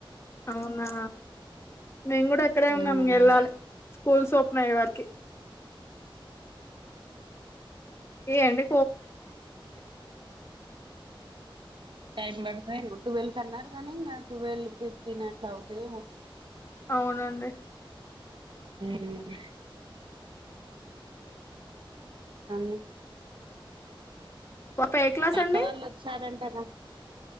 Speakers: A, on the left; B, on the right.
A: అవునా మేము కూడా ఇక్కడే ఉన్నాం
B: ఉమ్
A: వెెళ్ళాలి స్కూల్స్ ఓపెన్ అయ్యే వరికి ఏ అండి
B: టైం పడుతుంది ట్వెల్వ్ కి అన్నారు గానీ ఇంకా టువెల్వ్ ఫిఫ్టీన్ అట్లా అవుతాయేమో
A: అవునండి
B: ఉమ్ అన్న
A: పాప ఏ క్లాస్
B: అక్క
A: అండి
B: వాళ్ళు వచ్చారంటగా